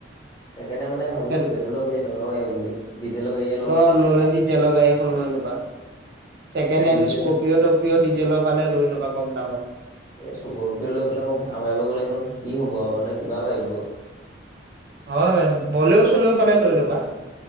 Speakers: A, on the left (about 20°); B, on the right (about 55°).
A: সেইকাৰণে মানে ভাবিছো
B: সেইটো
A: পেট্ৰলৰ গাড়ী নলও বুলি ডিজেলৰ গাড়ী
B: অ' ললে দি জেলৰ গাড়ী এখন লৈ লবা ছেকেণ্ড
A: মানে
B: হেণ্ড
A: ডিজেল
B: স্কৰপিঅটো কিয় ডিজেলৰ পালে লৈ লবা কম দামত।
A: এ চুকৰ প লৈ পেলাই মই ভা মাৰিব গ'লে সেইখন কি হব মানে কিবা ভাবিব?
B: হল আৰু বলেও চলেও পালে লৈল'বা।